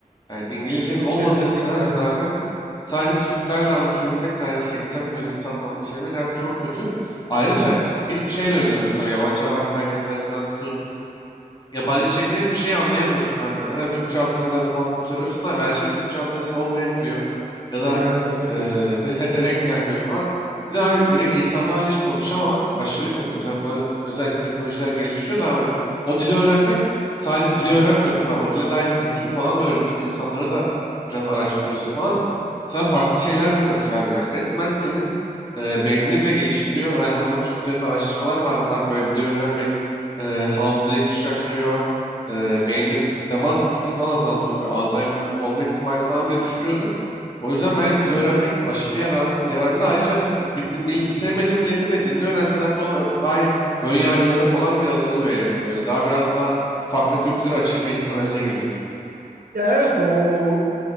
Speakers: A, on the left (about 30°); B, on the right (about 90°).
A: Yani İngilizcenin olmadığı
B: Kesinlikle
A: bir senaryoda abi sadece Türklerle anlaşabilmek, sadece 80 milyon insanla anlaşabilmek abi çok kötü. Ayrıca hiçbir şey de öğrenemiyorsun abi. Yabancı haber kaynaklarından tut, Yabancı içerikler hiçbir şeyi anlayamıyorsun abi. E, Tabii Türkçe alt yazılarla falan kurtarıyorsun da abi her şeyin Türkçe alt yazısı olmayabiliyor. Ya da
B: yani tabii ki.
A: e, direkt, direkt gelmiyor falan. Bir de abi direkt insanlarla hiç konuşamamak aşırı kötü. Tabii buna özel teknolojiler gelişiyor da abi o dili öğrenmek sadece dili öğrenmiyorsun abi. O dile dair kültürü falan da öğreniyorsun. İnsanları da biraz araştırıyorsun falan. Sana farklı şeyler de katıyor abi yani. Resmen senin e, beynini bile geliştiriyor. Zaten onun üzerinde araştırmalar vardı abi. Böyle bir dil öğrenmek Eee, hafızayı güçlendiriyor. Eee beynin demans riskini falan azaltıyordu. Böyle Alzheimer olma ihtimalini falan bile düşürüyordu. O yüzden ben hani dil öğrenmek aşırı yaral- yararlı. Ayrıca bir, di- mil- sevmediğin milletin ve dilini öğrensen abi ona dair ön yargıların falan bile azalıyor yani. Böyle daha biraz daha farklı kültürlere açık bir insan haline geliyorsun.
B: Ya evet o